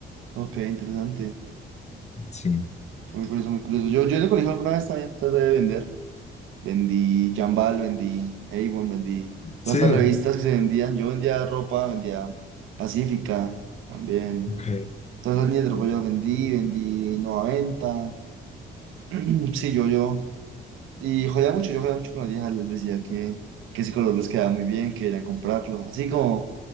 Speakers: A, on the right; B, on the left.
A: Ok, interesante.
B: Sí.
A: Muy curioso, muy curioso. Yo, yo en el colegio alguna vez también traté de vender. Vendí Jambal, vendí Avon, vendí todas
B: Sí,
A: estas revistas que se vendían. Yo vendía ropa, vendía Pacífica también.
B: ok.
A: Todas esas líneas de ropa yo las vendí, vendí Nueva Venta. <clears throat> Sí, yo, yo. Y jodía mucho, yo jodía mucho con las viejas. Les decía que, que ese color les quedaba muy bien, que querían comprarlo. Así como